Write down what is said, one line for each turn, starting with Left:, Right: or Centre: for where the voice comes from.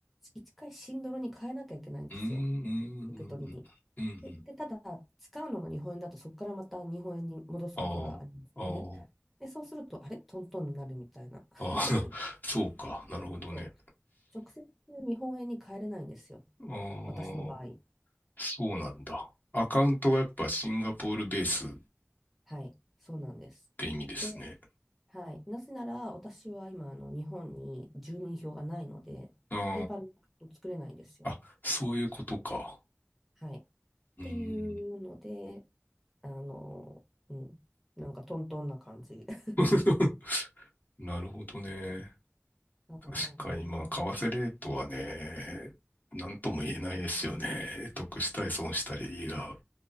Centre: 1回シンドルに変えなきゃいけないんですよ、
Left: うーん、うん、
Centre: 受け取りに。
Left: うん、うん。
Centre: で、
Left: うん
Centre: で、ただ、使うのが日本円だと、そこからまた日本円に戻すことがありますよね。
Left: ああ、
Centre: で、そうすると、あれ、トントンになるみたいな。<laughs>
Left: ああ、ああ、<laughs> そうか。なるほどね。
Centre: そう、直接日本円に変えれないんですよ、
Left: ああ。
Centre: 私の場合。
Left: そうなんだ。アカウントがやっぱシンガポールベースっ
Centre: はい、そうなんです。
Left: て意味ですね。
Centre: で、はい、なぜなら、私は今、あの日本に住民票がないので、
Left: あ
Centre: ペイパルを作れないんですよ。
Left: あ、あ、そういうことか。
Centre: はい。っ
Left: うーん。
Centre: ていうので、あの、うん、なんかトントンな感じ。<laughs>
Left: <laughs> なるほどね。確かに、
Centre: は
Left: まあ、為替レートはね、なんとも言えないですよね。
Centre: い。うん、
Left: 得したり損したりが